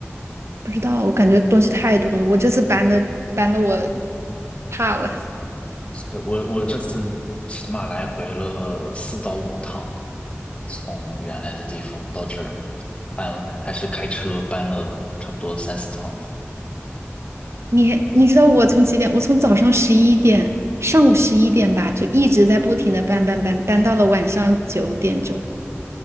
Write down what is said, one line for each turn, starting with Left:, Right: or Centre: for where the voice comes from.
Right: 不知道，我感觉东西太多了。我这次搬的搬的我怕了。
Left: 是我我这次起码来回了四到五趟，从原来的地方到这儿，搬了还是开车搬了差不多三四趟。
Right: 你你知道我从几点？我从早上十一点，上午十一点吧，就一直在不停的搬搬搬，搬到了晚上九点钟，